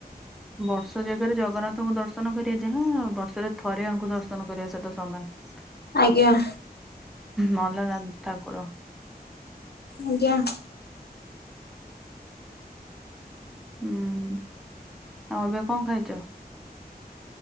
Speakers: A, in the centre; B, on the left.
A: ବର୍ଷ ଜାଗାରେ ଜଗନ୍ନାଥଙ୍କୁ ଦର୍ଶନ କରିବା ଯାହା ବର୍ଷରେ ଥରେ ଆଙ୍କୁ ଦର୍ଶନ କରିବା ସେହିତ ସମାନ
B: ଆଜ୍ଞା
A: ନଲାନନ୍ଦ ଠାକୁର
B: ଆଜ୍ଞା <inaudible>
A: ହୁଁ ଆଉ ଏବେ କଣ ଖାଇଛ <inaudible>